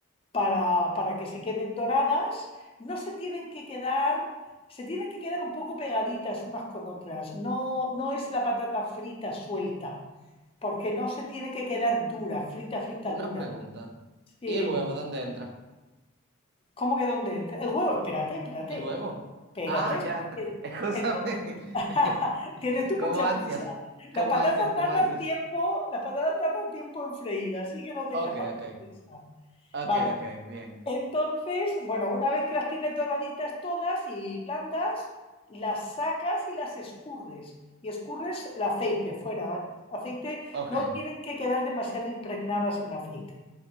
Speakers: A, on the left; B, on the right.
A: para, para que se queden doradas. No se tienen que quedar, se tienen que quedar un poco pegaditas unas con otras. No, no es la patata frita suelta, porque no se tiene que quedar dura, frita, frita,
B: Una
A: dura.
B: pregunta.
A: Sí,
B: ¿Y
A: dime.
B: el huevo dónde entra?
A: ¿Cómo que dónde entra? El huevo, espérate, espérate,
B: ¿El huevo?
A: espérate,
B: Ah, ya.
A: espérate.
B: <laughs> Excúsame.
A: Entonces, <laughs>
B: <laughs>
A: tienes tú
B: Como
A: mucha
B: ansias.
A: prisa. Las
B: Como
A: patatas
B: ansias, como
A: tardan
B: ansias.
A: tiempo, las patatas tardan tiempo en freír, así que no tengas
B: Ok,
A: tanta
B: ok.
A: prisa.
B: Ok,
A: Vale.
B: ok, bien.
A: Entonces, bueno, una vez que las tienes doraditas todas y blandas, las sacas y las escurres. Y escurres el aceite fuera, ¿vale? aceite,
B: Ok,
A: no tienen que quedar demasiado impregnadas en aceite.